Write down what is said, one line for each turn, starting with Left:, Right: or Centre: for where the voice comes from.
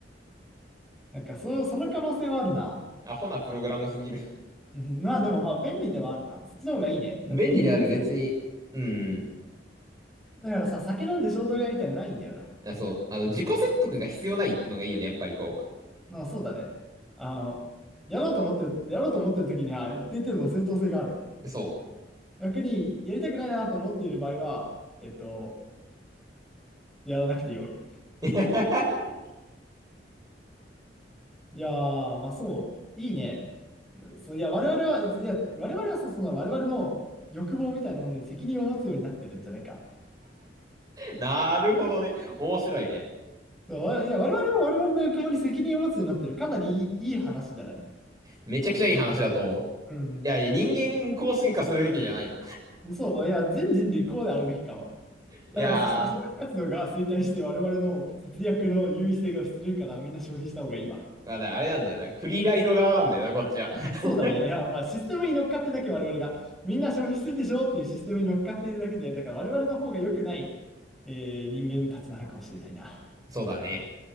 Centre: なんか、そ、その可能性はあるな。
Right: アホなプログラムすぎる。
Centre: うんまあ、でも、まあ、便利ではあるな。そっちの方がいいね。
Right: <laughs> 便利である、
Centre: だって、理、理性。
Right: 別に。うん。
Centre: だからさ、酒飲んで衝動買いみたいなのないんだよな。
Right: あ、そう。あの、自己説得が必要ないのがいいよね、やっぱりこ
Centre: まあ、そうだね。あの、やろうと思ってる、やろうと思ってる時には、ある程度の正当性がある。
Right: う。<laughs> そ
Centre: 逆に、やりたくないなと思っている場合は、えっと、やらなくてよい。
Right: う。<laughs>
Centre: いやー、まあそう、いいね。そう、いや、我々は、いや、我々はそう、その我々の欲望みたいなものに責任を持つようになってるんじゃないか。
Right: なるほどね。面白いね。
Centre: そう、わいや、我々は我々の欲望に責任を持つようになってる。かなりいい、いい話じゃない。
Right: めちゃくちゃいい話だと思う。
Centre: うん。
Right: いや、いや人間こう進化するべきじゃないの。
Centre: そう、いや、全人類こうであるべきかも。
Right: いやー、
Centre: あでも、そしたら消費活動が衰退して我々の節約の優位性が失せるからみんな消費した方がいいわ。
Right: まあだあれなんだよな。フリーライド側なんだよな、こっちは。<laughs>
Centre: <laughs> そうだね。いや、まあ、システムに乗っかってるだけ我々が、みんな消費するでしょっていうシステムに乗っかっているだけで、だから我々の方が良くない、えー人間たちなのかもしれないな。
Right: そうだね。